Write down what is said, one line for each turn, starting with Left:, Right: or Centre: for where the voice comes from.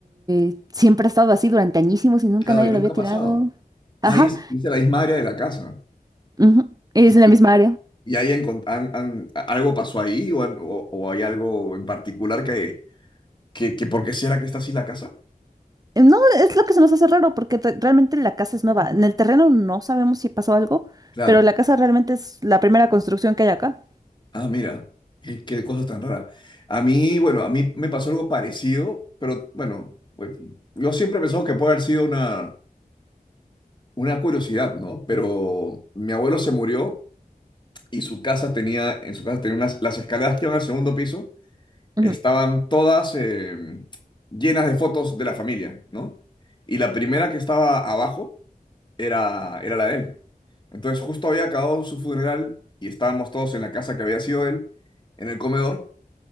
Right: eh, siempre ha estado así durante añísimos y nunca
Left: Claro,
Right: nadie
Left: y nunca
Right: lo había
Left: ha
Right: tirado.
Left: pasado. Ahí
Right: Ajá,
Left: es, y es de la misma área de la casa.
Right: ujú, Es
Left: Y
Right: en
Left: ahí,
Right: la misma área.
Left: y ahí encont- han- han- algo pasó ahí o, han- o- o hay algo en particular que, que, que ¿por qué será que está así la casa?
Right: Eh, No, es lo que se nos hace raro, porque re- realmente la casa es nueva. En el terreno no sabemos si pasó algo,
Left: Claro.
Right: pero la casa realmente es la primera construcción que hay acá.
Left: Ah, mira, qué, qué cosa tan rara. A mí, bueno, a mí me pasó algo parecido, pero bueno, pues, yo siempre he pensado que puede haber sido una Una curiosidad, ¿no? Pero mi abuelo se murió y su casa tenía, en su casa tenía unas, las escaleras que iban al segundo piso,
Right: Ujú,
Left: estaban todas eh, llenas de fotos de la familia, ¿no? Y la primera que estaba abajo era, era la de él. Entonces justo había acabado su funeral y estábamos todos en la casa que había sido él, en el comedor.